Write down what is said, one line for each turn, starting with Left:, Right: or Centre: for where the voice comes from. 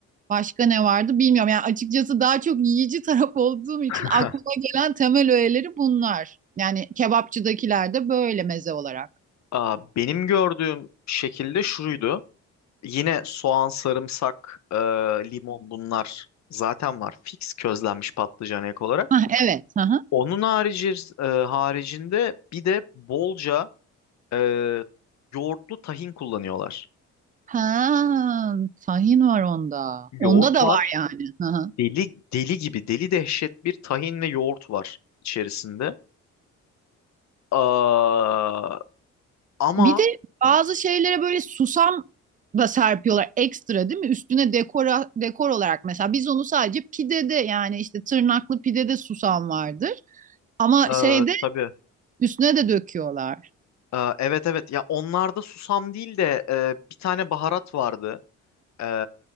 Right: başka ne vardı bilmiyorum. Yani açıkçası daha çok yiyici taraf <laughs> olduğum için
Left: <laughs>
Right: aklıma gelen temel öğeleri bunlar. Yani kebapçıdakiler de böyle meze olarak.
Left: Aa, benim gördüğüm şekilde şuydu. Yine soğan, sarımsak, e, limon bunlar zaten var. Fix közlenmiş patlıcan ek olarak.
Right: Hah, evet. Hı hı.
Left: Onun harici, e, haricinde bir de bolca e, yoğurtlu tahin kullanıyorlar.
Right: Ha, tahin var onda.
Left: Yoğurt
Right: Onda da
Left: var
Right: var yani. Hı hı.
Left: Deli deli gibi deli dehşet bir tahin ve yoğurt var içerisinde. Aa, ama
Right: Bir de bazı şeylere böyle susam da serpiyorlar ekstra değil mi? Üstüne dekora, dekor olarak mesela biz onu sadece pidede yani işte tırnaklı pidede susam vardır. Ama
Left: e,
Right: şeyde
Left: tabii
Right: üstüne de döküyorlar.
Left: e, evet evet ya onlarda susam değil de e, bir tane baharat vardı. E,